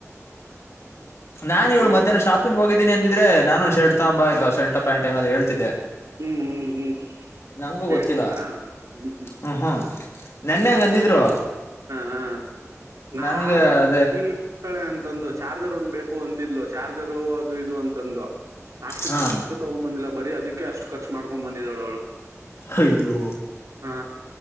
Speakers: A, on the left (about 55°); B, on the right (about 85°).
A: ನಾನನ್ ಇವಳು
B: ಹೋಗಿದ್ದು.
A: ಮಧ್ಯಾಹ್ನ ಶಾಪಿಂಗ್ ಹೋಗಿದ್ದೀನಿ ಅಂದಿದ್ರೆ ನಾನು ಶರ್ಟ್ ತಗ ಬಾ ಇಲ್ಲೋ ಷರ್ಟ್ ಪ್ಯಾಂಟ್ ಏನಾದ್ರೂ ಹೇಳ್ತಿದ್ದೆ
B: ಹ್ಮ್ ಹ್ಮ್
A: ನಂಗೂ ಗೊತ್ತಿಲ್ಲ
B: ಹ್ಮ್ <unintelligible>
A: ಹ್ಮ್ ಹ್ಮ್ ನೆನ್ನೆ ಹಂಗೆ ಅಂದಿದ್ರು
B: ಹಾ ನಾನು
A: ನನಗೆ ಅದೇ
B: <unintelligible> ಅಂತಂದು ಚಾರ್ಜರ್ ಒಂದ್ ಬೇಕು ಅಂತಿದ್ಲು ಚಾರ್ಜರ್ ಅದು ಇದು ಅಂತಂದು ಅಷ್ಟು
A: ಹಾ
B: ಚಾ <unintelligible> ತಗೊಂಡ್ ಬಂದಿಲ್ಲ ಬರೀ ಅದಕ್ಕೆ ಅಷ್ಟು ಖರ್ಚು ಮಾಡ್ಕೊಂಡ್ ಬಂದಿದಾಳೆ ಅವಳು
A: ಅಯ್ಯೋ
B: ಹಾ